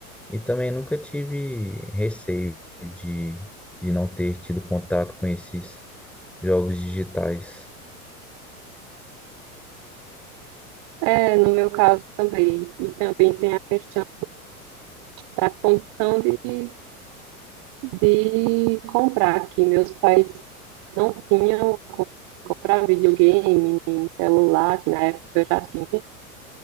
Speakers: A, in the centre; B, on the right.
A: E também nunca tive receio de, de não ter tido contato com esses jogos digitais.
B: É, no meu caso também. E também tem a questão da condição de, de comprar, que meus pais não tinham a comprar videogame, nem celular, que na época eu já tinha.